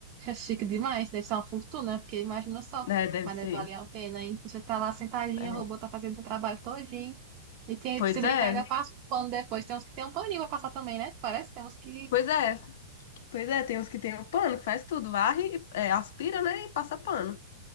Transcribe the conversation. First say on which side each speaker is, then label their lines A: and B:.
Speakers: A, on the right; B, on the left.
A: É chique demais, deve ser uma fortuna, porque imagina só.
B: Né? Deve
A: Mas
B: ser.
A: deve valer a pena, hein? Você tá lá sentadinha,
B: é.
A: o robô tá fazendo seu trabalho todinho. E tem,
B: Pois
A: se brincar,
B: é,
A: ainda passa um pano depois. Tem uns que tem um paninho pra passar também, né? Parece, temos que.
B: pois é, pois é. Tem uns que tem o pano, que faz tudo, varre, é, aspira, né? E passa pano.